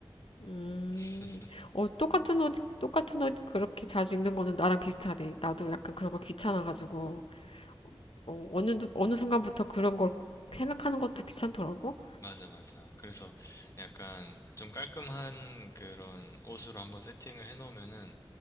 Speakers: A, on the left; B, on the left.
A: 음,
B: <laughs>
A: 어, 똑같은 옷, 똑같은 옷 그렇게 자주 입는 거는 나랑 비슷하네. 나도 약간 그런 거 귀찮아가지고, 어, 어느, 누- 어느 순간부터 그런 걸 생각하는 것도 귀찮더라고.
B: 맞아, 맞아. 그래서 약간 좀 깔끔한 그런 옷으로 한번 세팅을 해놓으면은